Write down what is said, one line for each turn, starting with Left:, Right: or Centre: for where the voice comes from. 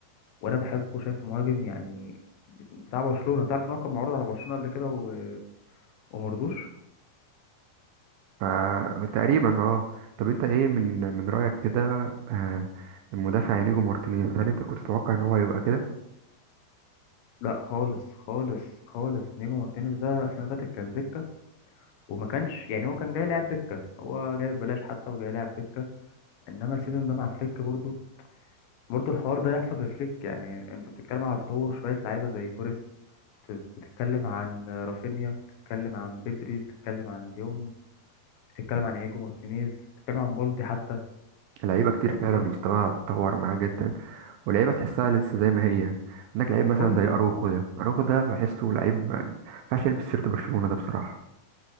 Left: وانا بحبه شايف مهاجم يعني بتاع برشلونه تعرف ان هو كان معروض على برشلونه قبل كده و... ومرضوش
Right: فتقريبا اه طب انت ايه من من رأيك كده آه، المدافع انيجو مارتينيز هل انت كنت تتوقع ان هو يبقى كده
Left: لا خالص خالص خالص نيجو مارتينيز ده السنه اللي فاتت كان دكه وما كانش يعني هو كان جاي لاعب دكه هو جاي ببلاش حتى وجاي لاعب دكه انما السيزون ده مع فليك برضه برضه الحوار ده يحصل بفليك يعني انت بتتكلم على تطور شوية لعيبة زي توريس بت- بتتكلم عن رافينيا بتتكلم عن بدري بتتكلم عن ديونج بتتكلم عن ايجو مارتينيز بتتكلم عن بالدي حتى
Right: لعيبه كتير
Left: يعني
Right: فعلا
Left: بال
Right: مستواها اتطور معاه جدا ولعيبه تحسها لسه زي ما هي عندك لعيب
Left: وكوندي
Right: مثلا زي اروخو ده اروخو ده بحسه لعيب ما ينفعش يلبس شيرت برشلونة ده بصراحة